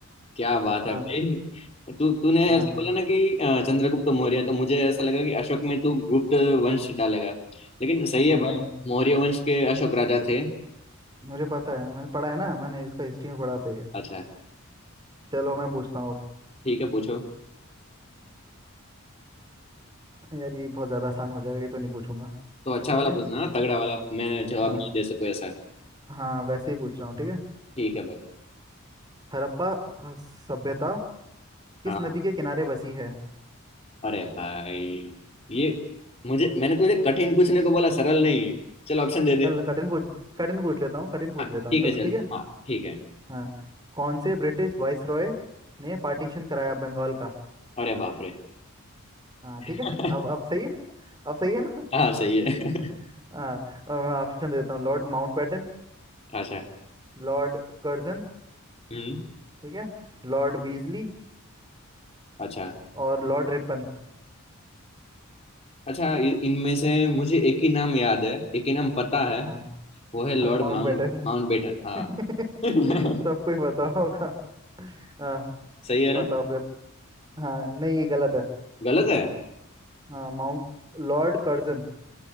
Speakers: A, on the left; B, on the right.
A: क्या बात
B: हाँ
A: है भाई तू तूने
B: हाँ
A: ऐसा बोला ना कि अ, चंद्रगुप्त मौर्य तो मुझे ऐसा लगा कि अशोक में तू गुप्त वंश डालेगा लेकिन सही है
B: नहीं
A: भाई मौर्य वंश के अशोक राजा थे
B: मुझे पता है मैंने पढ़ा है ना मैंने इसका हिस्ट्री में पढ़ा था ये
A: अच्छा
B: चलो मैं पूछता हूँ
A: ठीक है पूछो
B: अब। यार ये बहुत ज़्यादा आसान हो जाएगा ये तो नहीं पूछूंगा
A: तो अच्छा
B: ठीक
A: वाला
B: है
A: पूछना ना, तगड़ा वाला मैं जवाब
B: हाँ
A: नहीं दे सकूँ ऐसा
B: हाँ वैसे ही पूछ रहा हूँ ठीक है
A: ठीक है भाई
B: हड़प्पा अ, सभ्यता किस
A: हाँ
B: नदी के किनारे बसी है
A: अरे भाई ये मुझे मैंने तुझे कठिन पूछने को बोला सरल नहीं चल ऑप्शन दे दे
B: चल कठिन पूछ कठिन पूछ लेता हूँ कठिन पूछ
A: हाँ
B: लेता हूँ
A: ठीक
B: चलो
A: है चल
B: ठीक है
A: हाँ ठीक है
B: हाँ कौन से ब्रिटिश वाइस रॉय ने पार्टीशन कराया बंगाल का
A: अरे बाप रे
B: हाँ ठीक
A: <laughs>
B: है अब अब सही है अब सही है ना
A: हाँ सही है
B: <laughs> हाँ अब मैं ऑप्शन देता हूँ लॉर्ड माउंटबेटन
A: अच्छा
B: लॉर्ड कर्जन
A: हम्म
B: ठीक है लॉर्ड वीजली
A: अच्छा
B: और लॉर्ड रिपन
A: अच्छा इ- इनमें से मुझे एक ही नाम याद है एक ही नाम पता है
B: हाँ
A: वो है लॉर्ड
B: माउंट
A: माउंट
B: बैटन
A: माउंट बेटन हाँ
B: <laughs> सबको
A: <laughs>
B: ही पता <laughs> होगा हाँ
A: सही है ना
B: बताओ फिर हाँ नहीं ये गलत है
A: गलत है
B: हाँ माउंट लॉर्ड कर्जन